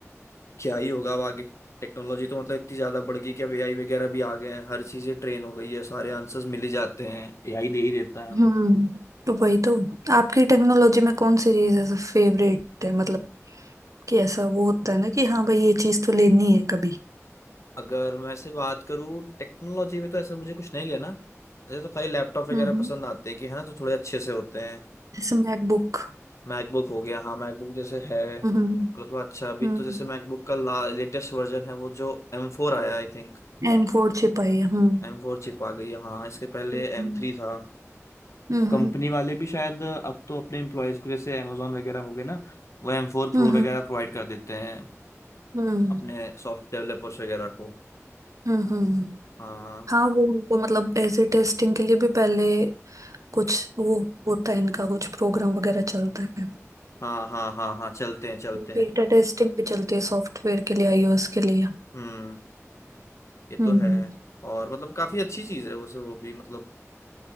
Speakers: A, on the left; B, on the right.
A: क्या ही होगा अब आगे टेक्नोलॉजी तो मतलब इतनी ज्यादा बढ़ गई कि अब एआई वगैरह भी आ गए हैं हर चीजें ट्रेन हो गई है सारे आंसर्स मिल ही जाते हैं एआई दे ही देता है हमें
B: हम्म तो वही तो आपकी टेक्नोलॉजी में कौन सी चीज ऐसा फेवरेट है मतलब कि ऐसा वो होता है ना कि हाँ भाई ये चीज तो लेनी है कभी
A: अगर मैं से बात करूँ टेक्नोलॉजी में तो ऐसा मुझे कुछ नहीं लेना मुझे तो खाली लैपटॉप वगैरह
B: हम्म हम्म
A: पसंद आते हैं कि है ना तो थोड़े अच्छे से होते हैं
B: जैसे मैकबुक
A: मैकबुक हो गया हाँ मैकबुक जैसे है मतलब
B: हम्म
A: थोड़ा अच्छा अभी
B: हम्म
A: तो जैसे मैकबुक का ला लेटेस्ट वर्जन है वो जो एम फोर आया I think
B: एम फोर छिपाई है हम्म
A: M four chip आ गई है हाँ इसके पहले
B: हम्म।
A: एम थ्री था
B: हम्म
A: कंपनी
B: हम्म
A: वाले भी शायद अब तो अपने एम्प्लॉयज को जैसे अमेजोन वगैरह हो गए ना वो एम फोर प्रो
B: हम्म
A: वगैरह प्रोवाइड कर देते हैं
B: हम्म हम्म।
A: अपने सॉफ्ट डेवलपर्स वगैरह को
B: हम्म, हम्म।
A: हाँ
B: हाँ वो उनको मतलब ऐसे टेस्टिंग के लिए भी पहले कुछ वो होता है इनका कुछ प्रोग्राम वगैरह चलता है
A: हाँ हाँ हाँ हाँ चलते हैं चलते हैं
B: बीटा टेस्टिंग भी चलती है सॉफ्टवेयर के लिए आईओएस के लिए
A: हम्म ये तो
B: हम्म
A: है और मतलब काफी अच्छी चीज है वैसे वो भी मतलब